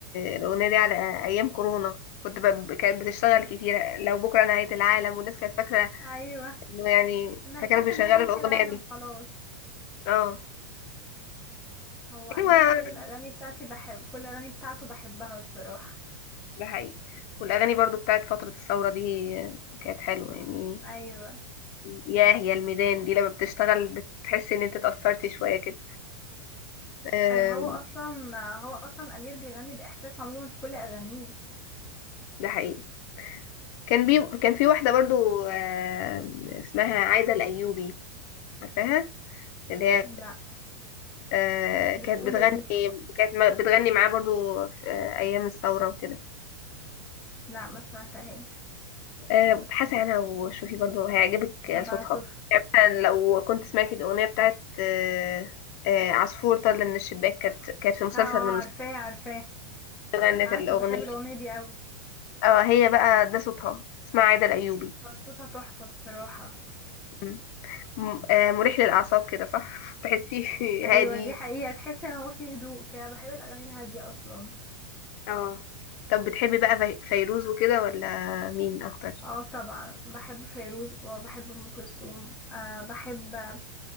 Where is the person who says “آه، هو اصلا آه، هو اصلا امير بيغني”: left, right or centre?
Centre